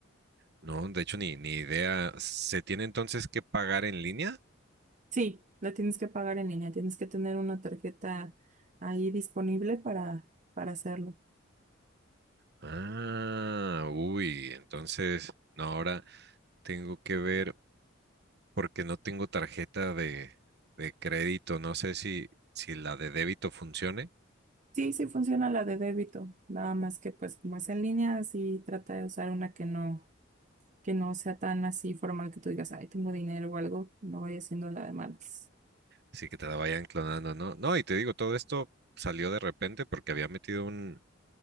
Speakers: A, on the right; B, on the right.
A: No, de hecho ni, ni idea. ¿Se tiene entonces que pagar en línea?
B: Sí, la tienes que pagar en línea, tienes que tener una tarjeta ahí disponible para, para hacerlo.
A: Ah, uy, entonces, no, ahora tengo que ver porque no tengo tarjeta de, de crédito, no sé si, si la de débito funcione,
B: Sí, sí funciona la de débito, nada más que pues como es en línea, sí trata de usar una que no, que no sea tan así formal que tú digas, ay, tengo dinero o algo, no vaya siendo la de malas.
A: si que te la vayan clonando, ¿no? No, y te digo, todo esto salió de repente porque había metido un,